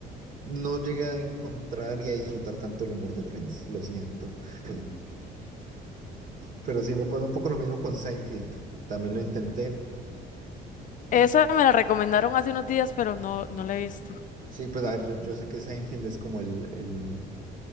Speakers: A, on the right (about 50°); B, on the left (about 50°).
A: no llegué a encontrar y a disfrutar tanto el humor de Friends, lo siento. <laughs> Pero sí me pasa un poco lo mismo con Seinfeld. También lo intenté. Y
B: Esa me la recomendaron hace unos días, pero no, no la he visto.
A: sí, pues a ver, yo, yo sé que Seinfeld es como el, el,